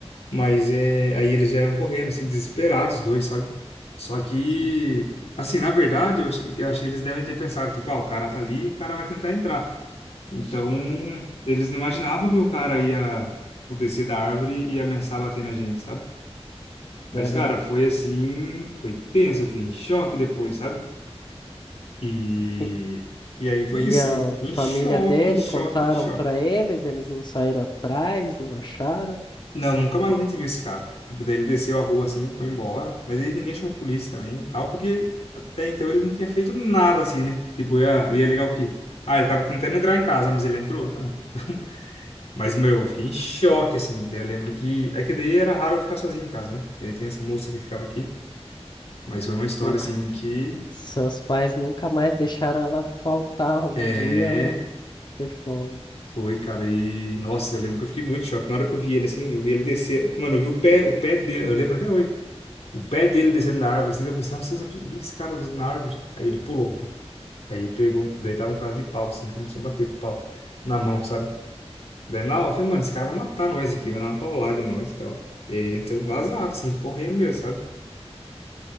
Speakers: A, on the left; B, on the left.
A: Mas é, aí eles vieram correndo, assim, desesperados, os dois, sabe? Só que,
B: Sei.
A: assim, na verdade, eu achei, eu achei que eles devem ter pensado, tipo, ah, o cara tá ali, o cara vai tentar entrar. Então, eles não imaginavam que o cara ia, tipo, descer da árvore e ameaçar bater na gente, sabe? Mas,
B: Aham.
A: cara, foi assim, foi tenso, eu fiquei em choque depois, sabe? E,
B: E
A: e aí foi isso,
B: E a
A: sim
B: família
A: em choque,
B: dele
A: em choque,
B: contaram
A: em choque.
B: pra eles, eles não saíram atrás, não acharam.
A: Não, nunca mais a Pô, gente viu esse cara. Tipo, daí ele desceu a rua assim, foi embora. Mas aí ninguém chamou a polícia também e tal, porque até então ele não tinha feito nada assim, né? Tipo, ia, ia legal o quê? Ah, ele tava tentando entrar em casa, mas ele entrou? Não. <laughs> Mas, meu, eu fiquei em choque, assim. Daí eu lembro que. É que daí era raro eu ficar sozinho em casa, né? Porque daí tinha essa moça que ficava aqui. Mas foi uma história,
B: Nunca,
A: assim, que.
B: seus pais nunca mais deixaram ela faltar um
A: É.
B: dia ou ter folga.
A: Foi, cara. E. Nossa, eu lembro que eu fiquei muito em choque. Na hora que eu vi ele, assim, eu vi ele descer. Mano, eu vi o pé, o pé dele. Eu lembro até hoje. O pé dele descendo na árvore, assim, eu pensei, nossa, essa pessoa- o que que esse cara tá fazendo na árvore? Aí ele pulou, puf. Aí pegou, daí tava um pedaço de pau, assim, começou a bater com o pau na mão, sabe? Daí na hora eu falei, mano, esse cara vai matar nós aqui, vai dar uma paulada em nós e tal. E aí então vazado, assim, correndo mesmo, sabe?